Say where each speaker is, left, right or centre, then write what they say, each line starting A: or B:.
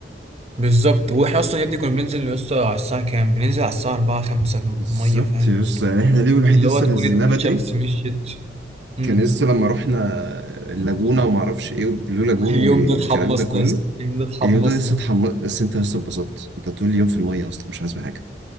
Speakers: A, on the right; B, on the right.
A: بالظبط واحنا اصلا يا ابني كنا بننزل يا اسطى على الساعه كام بننزل على الساعه 4 5 الميه
B: بالظبط
A: فاهم
B: يا اسطى يعني احنا اليوم الوحيد
A: اللي
B: لسه
A: هو تكون
B: نزلناه
A: الشمس
B: بدري
A: مشيت امم
B: كان لسه لما رحنا اللاجونه وما اعرفش ايه وبلو لاجون
A: <laughs> اليوم
B: والكلام
A: ده اتحمصنا
B: ده كله
A: يا اسطى اليوم ده اتحمصنا
B: اليوم ده لسه اتحمس بس انت لسه اتبسطت انت طول اليوم في الميه اصلا مش عايز حاجه